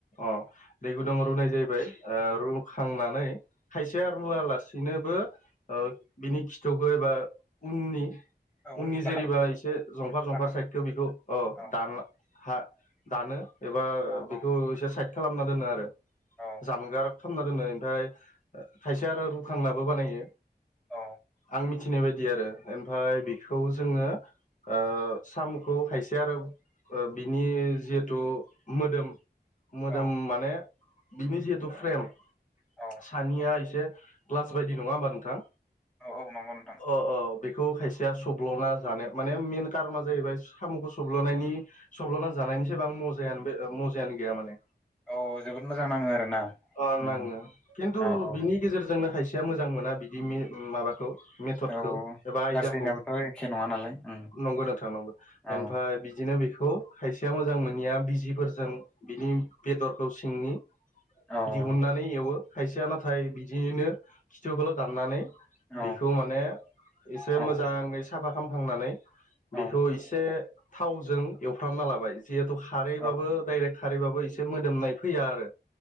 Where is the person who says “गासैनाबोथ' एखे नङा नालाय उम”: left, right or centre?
Centre